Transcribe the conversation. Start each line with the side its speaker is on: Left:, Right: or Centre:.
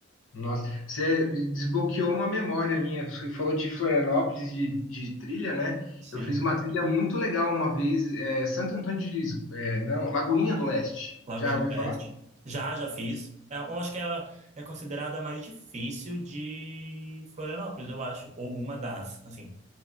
Left: Nossa, você desbloqueou uma memória minha. Você falou de Florianópolis, de, de trilha, né?
Right: Sim,
Left: Eu fiz uma trilha muito legal uma vez, é, Santo Antônio de Lisboa, é, não, Lagoinha do Leste.
Right: Lagoinha
Left: Já ouviu
Right: do Pet.
Left: falar?
Right: Já, já fiz. É, eu acho que é, é considerada a mais difícil de Florianópolis, eu acho. Ou uma das, assim,